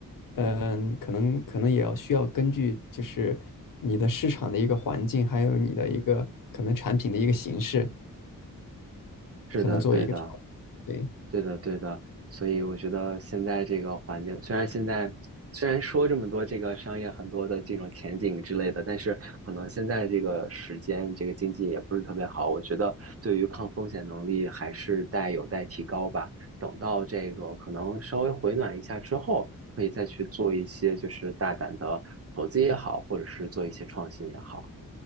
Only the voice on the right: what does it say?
是的，
对的。对的，对的，所以我觉得现在这个环境，虽然现在虽然说这么多这个商业很多的这种前景之类的，但是可能现在这个时间，这个经济也不是特别好。我觉得对于抗风险能力还是待有待提高吧。等到这个可能稍微回暖一下之后，可以再去做一些就是大胆的投资也好，或者是做一些创新也好。